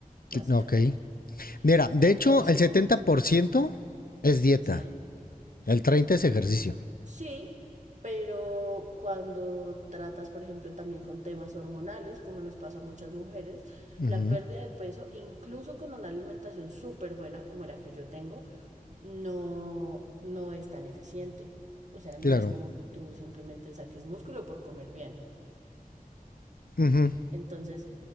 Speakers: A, on the right; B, on the left.
A: básicamente.
B: ok. Mira, de
A: Entonces,
B: hecho, el 70% es dieta,
A: sí,
B: el 30% es ejercicio.
A: sí, pero cuando tratas, por ejemplo, también con temas hormonales, como nos pasa a muchas mujeres,
B: Ujú,
A: la pérdida de peso, incluso con una alimentación súper buena, como la que yo tengo, no, no es tan eficiente. O sea, no
B: Claro.
A: es como que tú simplemente saques músculo por comer bien.
B: Ujú.
A: Entonces,